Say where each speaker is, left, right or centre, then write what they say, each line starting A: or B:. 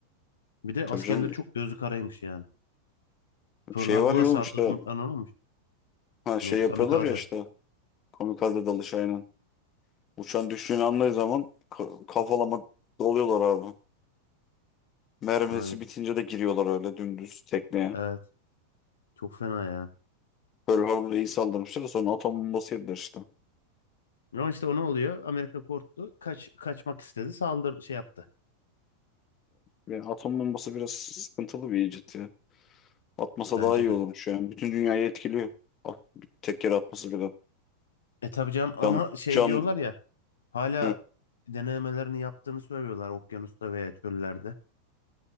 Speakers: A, on the left; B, on the left.
A: Bir de
B: Tabii
A: askerleri
B: canım
A: çok gözü karaymış yani. Pearl
B: şey
A: Harbor'la
B: var ya
A: sardırdıklarını
B: oğlum işte
A: olmuş.
B: ha, şey
A: Ne? Kamikaze.
B: yapıyorlar ya işte kamikaze dalış aynen. Uçan düştüğünü anladığı zaman ka- kafalama doluyorlar abi. Mermisi
A: Ha.
B: bitince de giriyorlar öyle dümdüz tekneye.
A: Evet, çok fena ya.
B: Pearl Harbor'a iyi saldırmışlar. Sonra atom bombası yediler işte.
A: Ama işte o ne oluyor? Amerika korktu. Kaç kaçmak istedi. Saldır şey yaptı
B: Ve atom bombası biraz sıkıntılı bir icat ya. Atmasa
A: bence
B: daha iyi
A: de.
B: olurmuş yani. Bütün dünyayı etkiliyor. Bak, bir tek yere atması bile.
A: E tabii canım ama
B: Can,
A: şey
B: can
A: diyorlar ya hala
B: Hı,
A: denemelerini yaptığını söylüyorlar okyanusta veya çöllerde.